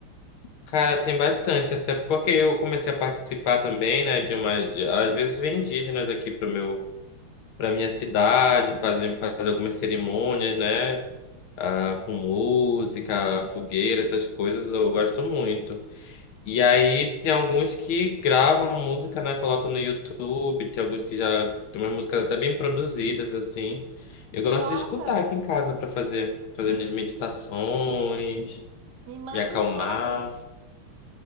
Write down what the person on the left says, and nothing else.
Cara, tem bastante. Assim, é porque eu comecei a participar também, né? De uma. de- às vezes vem indígenas aqui pro meu. para minha cidade, fazer, fazer algumas cerimônias, né? Ah, com música, fogueira, essas coisas eu gosto muito. E aí tem alguns que gravam a música, né? Colocam no YouTube, tem alguns que já tem umas músicas até bem produzidas, assim. Eu gosto
de escutar aqui em casa para fazer, fazer minhas meditações,
me acalmar.